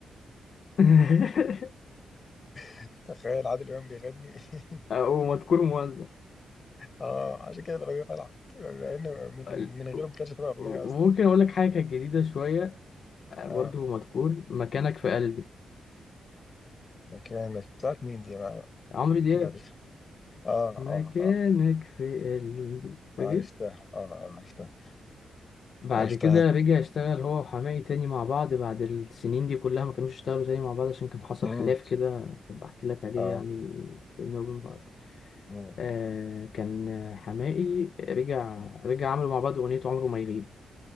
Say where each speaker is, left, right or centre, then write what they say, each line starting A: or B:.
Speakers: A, on the left; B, on the left.
A: <laughs>
B: <laughs> تخيل عادل امام بيغني <laughs>
A: او مدكون موزع
B: اه عشان كده الاغنيه طلعت لان من
A: ال-
B: من غيره ما كانتش هتبقى اغنيه
A: وممكن
B: اصلا
A: اقول لك حاجه كانت جديده شويه آه،
B: اه
A: برضو مدكون مكانك في قلبي
B: مكانك بتاعت مين دي انا
A: عمرو دياب
B: اكيد عارفها اه
A: مكانك
B: اه اه
A: في قلبي فاكر
B: عرفتها اه اه عرفتها
A: بعد
B: عرفتها
A: كده رجع اشتغل هو وحماقي تاني مع بعض بعد السنين دي كلها ما كانوش اشتغلوا تاني مع بعض عشان كان حصل
B: امم
A: خلاف كده بحكي لك عليه
B: اه
A: يعني بيننا وبين بعض
B: امم
A: آه كان حماقي رجع رجع عملوا مع بعض اغنيه عمره ما يغيب